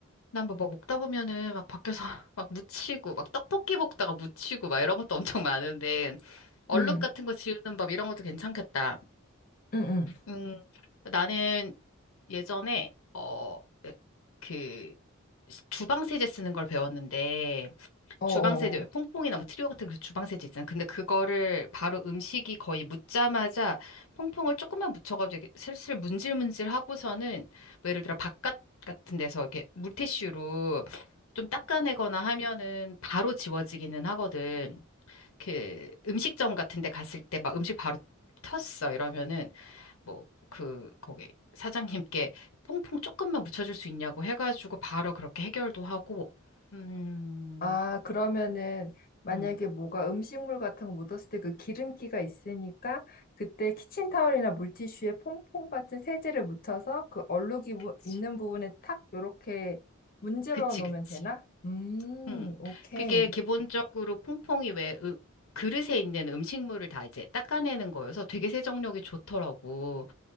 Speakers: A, on the left; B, on the left.
A: 난 뭐 먹다 보면은 막 밖에서 <laughs> 막 묻히고, 막 떡볶이 먹다가 묻히고, 막 이런 것도 엄청 많은데, 얼룩
B: 응,
A: 같은 거 지우는 법 이런 것도 괜찮겠다.
B: 응, 응.
A: 음, 나는 예전에, 어, 그, 주방 세제 쓰는 걸 배웠는데,
B: 어어.
A: 주방세제, 퐁퐁이나 뭐 트리오 같은 그 주방세제 있잖아. 근데 그거를 바로 음식이 거의 묻자마자 퐁퐁을 조금만 묻혀가지고 이렇게 슬슬 문질문질 하고서는 뭐 예를 들어 바깥 같은 데서 이렇게 물티슈로 좀 닦아내거나 하면은 바로 지워지기는 하거든. 그 음식점 같은 데 갔을 때 막 음식 바로 텄어 이러면은 뭐 그 거기 사장님께 퐁퐁 조금만 묻혀줄 수 있냐고 해가지고 바로 그렇게 해결도 하고 음.
B: 아, 그러면은 만약에
A: 음.
B: 뭐가 음식물 같은 거 묻었을 때 그 기름기가 있으니까 그때 키친타월이나 물티슈에 퐁퐁 같은 세제를 묻혀서 그 얼룩이 부-
A: 그치.
B: 있는 부분에 탁 요렇게 문질러
A: 그치,
B: 놓으면
A: 그치.
B: 되나? 음,
A: 음.
B: 오케이.
A: 그게 기본적으로 퐁퐁이 왜 으- 그릇에 있는 음식물을 다 이제 닦아내는 거여서 되게 세정력이 좋더라고.